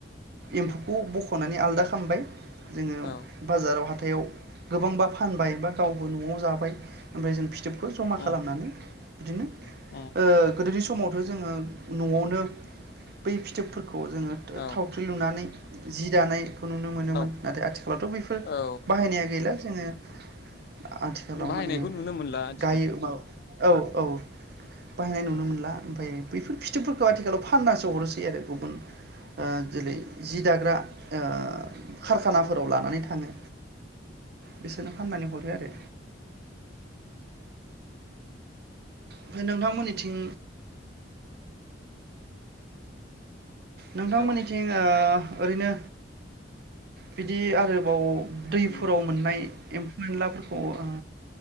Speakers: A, on the right; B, on the left.
A: एम्फौखौ बख'नानै आलदा खामबाय। जोङो
B: औ
A: बाजाराव हाथ हाथाइयाव गोबांबा फानबाय बा गावबो न'आव जाबाय ओमफ्राय जों फि फिथोबखौ जमा
B: उम
A: खालामनानै। बिदिनो
B: उम
A: ओ-गोदोनि स समावथ' जोङो न'आवनो बै फिथोबफोरखौ जोङो।
B: औ
A: थावख्रि लुनानै। जि दानाय। खौ नुनो मोनोमोन
B: थाव
A: नाथाय आथिखालावथ' बेफोर
B: औ
A: बाहायनाया गैला। <unintelligible> आथिखालाव
B: बाहायनायखौ
A: माने
B: नुनो मोनला आथिखालाव
A: गायो बा औ। औ बाहायनाय नुनो मोनला ओमफ्राय बेफोर फिथोबफोरखौ आथिखालाव फाननासो हरोसै आरो गुबुन। ओ जेरै जि दाग्रा ओ कारखानाफोराव लानानै थाङो बिसोरनो फाननानै हरो आरो ओमफाय नोंथांमोननिथिं नोंथांमोनिथिं
B: औ
A: ओ ओरैनो बिदि आरोबाव। दैफोराव
B: जोंनि
A: मोननाय। एम्फौ एनलाफोरखौ ओ